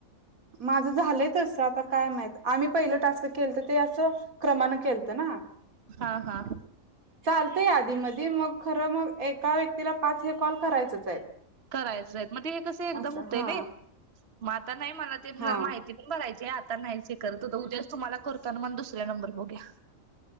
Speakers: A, on the right; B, on the right.
A: माझं झालंय तसआता काय माहित आम्ही पहिलं टास्क केलत ते असं क्रमानं केलतं ना.
B: हा, हा.
A: चालतय आदिमदी मं खरं मग एका व्यक्तीला पाच हे कॉल करायचच आहेत.
B: करायचय मग ते हे कस एकदम
A: असं
B: होते
A: हा
B: नाही मग आता नाही मला ते
A: हा
B: ज माहिती पण भरायची आ आता नाही करत हो उद्याच तुम्हाला करतो म दुसऱ्या नंबर बगु या.